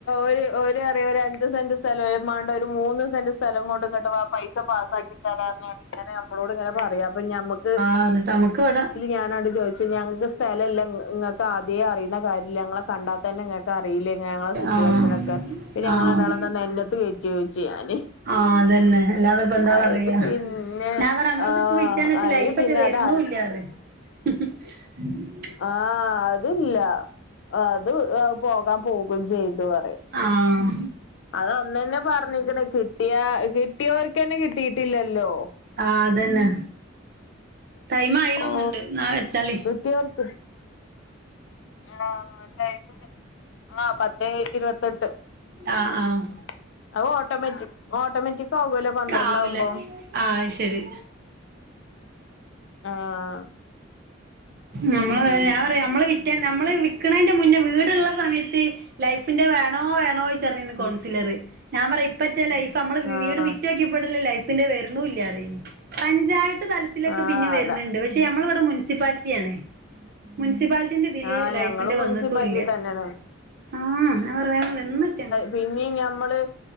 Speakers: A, on the left; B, on the right.
A: ഒരു ഓര് പറയുവാ ഒരു അഞ്ച് സെന്റ് സ്ഥലം മേണ്ടാ ഒരു മൂന്ന് സെന്റ് സ്ഥലം കൊണ്ട് ഇങ്ങട്ട് ആ പൈസ പാസ്സാക്കി തരാന്ന് ഇങ്ങനെ നമ്മളോട് ഇങ്ങനെ പറയാ അപ്പൊ ഞമ്ക്ക്
B: ആഹ് എന്നിട്ട് നമുക്കിവിട
A: ഞാനങ്ങ്ട് ചോദിച്ച് ഞങ്ങക്ക് സ്ഥലലില്ല നിങ്ങക്ക് ആദ്യേ അറിയുന്ന കാര്യല്ല ഞങ്ങളെ കണ്ടാത്ത തന്നെ നിങ്ങ അറിയില്ല ഞങ്ങ സിറ്റുവേഷനൊക്കെ
B: ആഹ്
A: പിന്നെ ഞങ്ങള
B: ആഹ്
A: രണ്ടാളേംന്താ നെഞ്ചത്ത് കേറ്റോ ചോയിച്ച് ഞാന്
B: ആഹ് അതന്നെ അല്ലാതെ ഇപ്പ എന്താ
A: അയില്
B: പറയാ
A: പിന്നെ
B: ഞാൻ പറ നമ്മളതിപ്പ
A: ആഹ്
B: വിട്ടെന്ന്ച്ച
A: അയില്
B: ലൈഫ്
A: പിന്നെ
B: ഒറ്റ വരണൂല്ലറയും
A: അതാര്ക്കും <inaudible>
B: <inaudible>
A: ആഹ് അതില്ല അത് പോകാൻ പോമ്പ ചെയ്തു പറയും
B: ആഹ്
A: അതൊന്നന്നെ പറഞ്ഞിക്കണ് കിട്ടിയാ കിട്ടിയവർക്ക്ന്നെ കിട്ടിയിട്ടില്ലല്ലോ
B: ആഹ് അതന്നെ ടൈം ആയീന്ന്
A: ഓ
B: തോന്നുന്നുണ്ട് എന്നാ വെച്ചാളി
A: കിട്ടിയോർക്ക് ആഹ് ടൈമ് ആഹ് പത്തേ ഇരുപത്തെട്ട്
B: ആഹ്
A: ഉം
B: ആഹ്
A: അത് ഓട്ടോമാറ്റിക് ഓട്ടോമാറ്റിക് ആകുവല്ലോ പന്ത്രണ്ടാ
B: ആവൂല
A: അമ്പത്
B: ആഹ് ശരി
A: ആഹ്
B: നമ്മള് ഞാൻ പറയാ നമ്മള് വി നമ്മള് വിൽക്കണതിന്റെ മുന്നേ വീടുള്ള സമയത്ത് ലൈഫിന്റെ വേണോ വേണോ
A: ഉം
B: ൺസിലർ ഞാൻ പറയും ഇപ്പറ്റ ലൈഫ് നമ്മള്
A: ആഹ്
B: വീട് വിറ്റ ലൈഫിന്റെ വരുണൂല്ലാറയും പഞ്ചായത്ത് തലത്തിലൊക്കെ
A: ആഹ്
B: പിന്നെ വര്ണ്
A: അതാ
B: ണ്ട് പക്ഷെ നമ്മളിവിടെ മുനിസിപ്പാലിറ്റി ആണേ മുനിസിപ്പാലിറ്റിന്റെ ഇതില്
A: ആഹ്
B: ലൈഫിന്റെ
A: ഞങ്ങളും
B: വന്നിട്ടും
A: മുനിസിപ്പാലിറ്റി
B: ഇല്ല
A: തന്നെയാണ്
B: ആഹ് ഞാ പറയും വേറെ വന്നിട്ട
A: പിന്നേം ഞമ്മള്